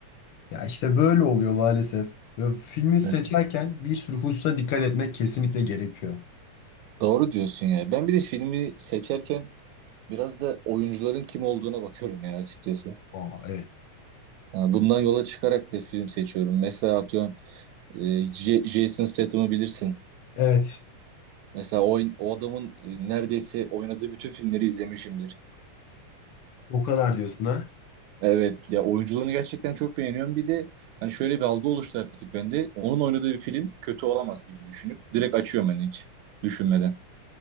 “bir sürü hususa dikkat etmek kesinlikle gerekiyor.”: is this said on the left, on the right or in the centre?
Left